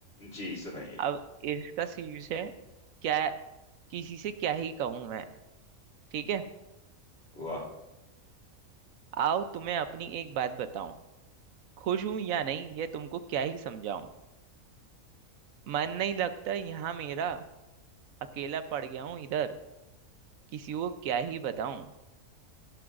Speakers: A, on the left (about 50°); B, on the right (about 80°).
A: जी सुनाइए
B: अब इसका शीर्ष है क्या किसी से क्या ही कहूँ मैं ठीक है
A: वाह
B: आओ तुम्हें अपनी एक बात बताऊं खुश हूं या नहीं ये तुमको क्या ही समझाऊं मन नहीं लगता यहाँ मेरा अकेला पड़ गया हूँ इधर किसी को क्या ही बताऊं